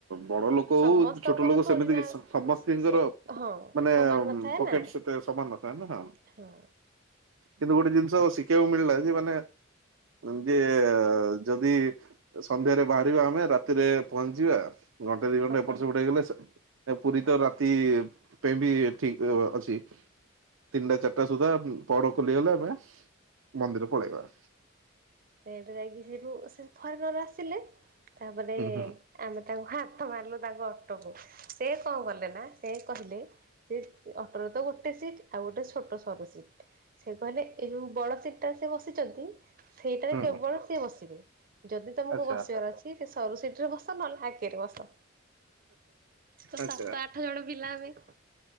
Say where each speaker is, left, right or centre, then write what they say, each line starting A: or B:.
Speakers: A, on the right (about 80°); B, on the right (about 45°).
A: ବଡ ଲୋକ
B: ସମସ୍ତଙ୍କର
A: ହଉ, ଛୋଟ ଲୋକ
B: ଥୋଡି
A: ସେମିତି
B: ନା
A: କିଛି ସମସ୍ତିଙ୍କର
B: ହଁ
A: ମାନେ
B: ସମାନ ନଥାଏ
A: ପକେଟ
B: ନା
A: ସେତେ ସମାନ ନଥା ଥାଏ ନା।
B: ହଁ।
A: କିନ୍ତୁ ଗୋଟେ ଜିନିଷ ଶିଖିବାକୁ ମିଳିଲା ଯେ ମାନେ ଏମିତି ଯଦି ସନ୍ଧ୍ୟାରେ ବାହାରିବା ଆମେ ରାତିରେ ପହଞ୍ଚିବା, ଘଣ୍ଟେ ଦି ଘଣ୍ଟା
B: ସକାଳ
A: ଏପଟ ସେପଟ ହେଇଗଲେ ପୁରୀ ତ ରାତି ପାଇଁ ବି ଠିକ୍ ଅଛି। ତିନିଟା ଚାରିଟା ସୁଦ୍ଧା ପହଡ ଖୋଲିଗଲେ ଆମେ ମନ୍ଦିର ପଳେଇବା।
B: ସେଇଟା ଯାଇକି ଯିବୁ। ସେଠୁ ସେ ଫରେନର ଆସିଲେ ତାପରେ
A: ହୁଁ ହୁଁ
B: ଆମେ ତାଙ୍କୁ ହାତ ମାରିଲୁ ତାଙ୍କ ଅଟକୁ ସେ କଣ କଲେ ନା ସେ କହିଲେ ଅଟୋରେ ତ ଗୋଟେ ସିଟ୍ ଆଉ ଗୋଟେ ଛୋଟ ସରୁ ସିଟ୍। ସେ କହିଲେ ଏଇ ଯୋଉ ବଡ ସିଟ୍ ଟାରେ ସେ ବସିଛନ୍ତି ସେଇଟାରେ
A: ହୁଁ
B: କେବଳ ସିଏ ବସିବେ। ଯଦି ତମକୁ
A: ଆଚ୍ଛା
B: ବସିବାର ଅଛି ସେ ସରୁ ସିଟ୍ ରେ ବସ, ନହେଲେ ଆଗରେ ବସ। ତ
A: ଆଚ୍ଛା।
B: ସାତ ଆଠ ଜଣ ପିଲା ଆମେ।